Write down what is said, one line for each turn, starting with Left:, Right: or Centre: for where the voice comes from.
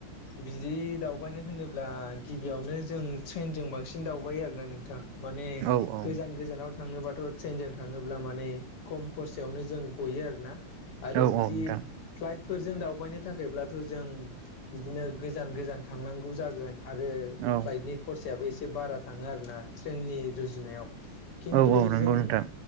Left: बिदि दावबायनो होनोब्ला गिबियावनो जों ट्रेनजों बांसिन दावबाय दावबायो आरोना नोंथां माने
Right: औ औ
Left: गोजान गोजानाव थाङोब्लाथ' थ ' ट्रेनजों थाङोब्ला माने खम खरसायावनो जों गयो आरो ना आरो
Right: औ
Left: बिदि
Right: औ नोंथां
Left: फ्लाइटफोरजों दावबायनो थाखायब्लाथ' जों बिदिनो गोजान गोजान थांनांगौ जागो आरो
Right: औ
Left: फ्लाइटनि कर्सा बो एसे बारा थाङो आरोना ट्रेननि रुजुनायाव खिन्थु
Right: औ औ नंगौ
Left: जों
Right: नोंथां